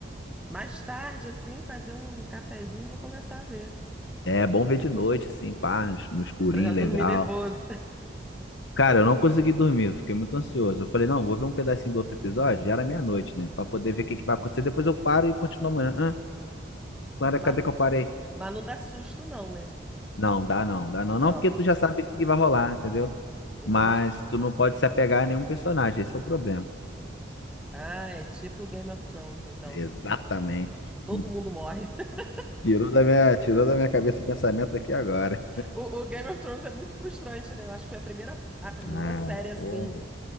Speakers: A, in the centre; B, on the left.
A: Mais tarde, assim, fazer um cafezinho, vou começar a ver.
B: É bom ver de noite, assim, pá, no, no escurinho,
A: Pra já dormir
B: legal.
A: nervoso.
B: Cara, eu não consegui dormir, eu fiquei muito ansioso. Eu falei, não, vou ver um pedacinho do outro episódio, já era meia-noite, né? Pra poder ver o que que vai acontecer. Depois eu paro e continuo amanhã. Hã?
A: <laughs>
B: Quando Ah, cadê
A: Mas,
B: que eu parei?
A: mas não dá susto, não, né?
B: Não, dá não, dá não.
A: Ah,
B: Não, porque
A: pô,
B: tu já sabe o que que vai rolar, entendeu?
A: entendi.
B: Mas tu não pode se apegar a nenhum personagem, esse é o problema.
A: Ah, é tipo Game of Thrones, então.
B: Exatamente.
A: Todo
B: <laughs>
A: mundo morre. <laughs>
B: Tirou da minha, tirou da minha cabeça o pensamento aqui agora.
A: O, o Game of Thrones é muito frustrante, né? Eu acho que foi a primeira, a primeira
B: Ah,
A: série assim
B: pô.